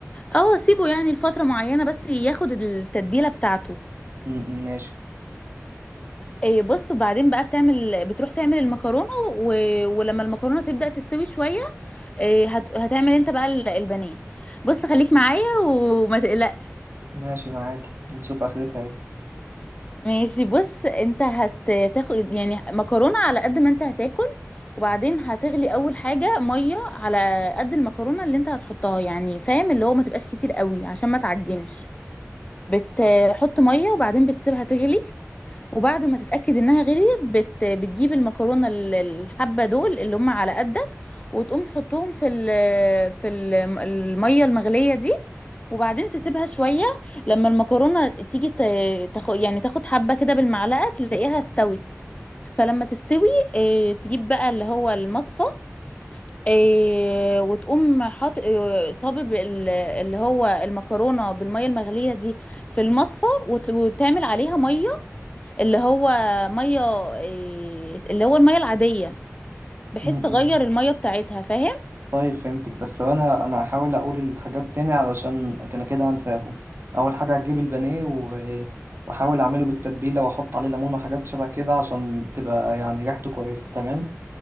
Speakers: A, on the left; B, on the right.
A: اه سيبه يعني لفترة معينة بس ياخد التتبيلة بتاعته
B: مم. مم. ماشي
A: إيه بص بعدين بقى بتعمل بتروح تعمل المكرونة و... ولما المكرونة تبدأ تستوي شوية إيه هت... هتعمل انت بقى ال- البانيه بص خليك معايا وما تقلقش
B: ماشي معاك نشوف اخرتها ايه
A: ماشي بص انت هتاخد يعني مكرونة على قد ما انت هتاكل وبعدين هتغلي اول حاجة مية على قد المكرونة اللي انت هتحطها يعني فاهم اللي هو ما تبقاش كتير قوي عشان ما تعجنش بتحط ميه وبعدين بتسيبها تغلي وبعد ما تتأكد انها غليت بت... بتجيب المكرونة ال- الحبة دول اللي هم على قدك وتقوم تحطهم في ال... في ال- المية المغلية دي وبعدين تسيبها شوية لما المكرونة تيجي ت... تاخد يعني تاخد حبة كده بالمعلقة تلاقيها استوت فلما تستوي اه... تجيب بقى اللي هو المصفى إيه وتقوم حاط إيه، صابب ال- اللي هو المكرونه بالميه المغليه دي في المصفى وت- وتعمل عليها ميه اللي هو ميه إيه، اللي هو الميه العاديه بحيث
B: مم.
A: تغير الميه بتاعتها فاهم
B: طيب فهمتك بس وانا انا هحاول اقول الحاجات تاني علشان كان كده هنساهم اول حاجه هتجيب البانيه و- واحاول اعمله بالتتبيله واحط عليه ليمون وحاجات شبه كده عشان تبقى يعني ريحته كويسه تمام